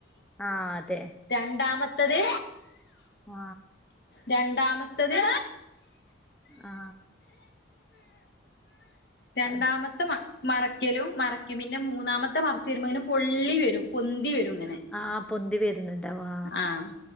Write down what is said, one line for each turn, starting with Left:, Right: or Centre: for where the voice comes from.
Centre: ആഹ് അതെ
Left: രണ്ടാമത്തത്
Centre: ആ
Left: രണ്ടാമത്തത്
Centre: ആ
Left: രണ്ടാമത്തെ
Centre: അത്
Left: മ മറ ക്കലും മറയ്ക്കും പിന്നെ മൂന്നാമത്തെ മറച്ച് വെരുമ്പോ ഇങ്ങനെ പൊള്ളി വരും പൊന്തി വരും ഇങ്ങനെ
Centre: ആഹ് പൊന്തി വരുന്നുണ്ടാവും
Left: ആഹ്